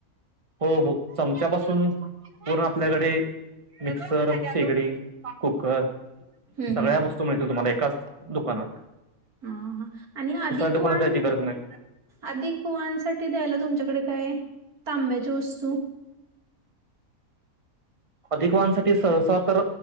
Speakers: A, on the right; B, on the right.
A: हो -हो चमच्यापासून पूर्ण आपल्याकडे मिक्सर, शेगडी, कुकर
B: हम्म
A: सगळ्या वस्तू मिळतील तुम्हाला एकाच -- दुकानत
B: हं हा आणि अधिक
A: दुकानात
B: वान
A: जायची गरज नाही
B: अधिक वान साठी द्यायला तुमच्याकडे काही तांब्याची वस्तू --
A: अधिक वाहनसाठी सहसा तर